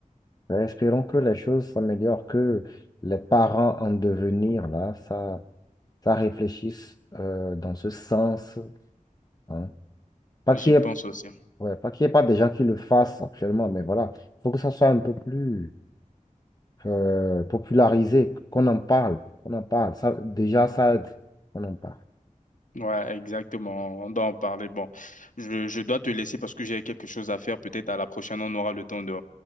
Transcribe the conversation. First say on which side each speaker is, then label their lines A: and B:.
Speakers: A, on the left (about 30°); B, on the left (about 70°).
A: Ben, espérons que les choses s'améliorent, que les parents en devenir, là, ça, ça réfléchisse euh, dans ce sens. hein. Pas
B: J'y
A: qu'il y
B: pense
A: ait
B: aussi.
A: Ouais, pas qu'il n'y ait pas des gens qui le fassent actuellement, mais voilà, il faut que ça soit un peu plus euh, popularisé, qu'on en parle, qu'on en parle. Ça, déjà, ça aide, qu'on en parle.
B: Ouais, exactement. On doit en parler. Bon, je, je dois te laisser parce que j'ai quelque chose à faire. Peut-être à la prochaine, on aura le temps de,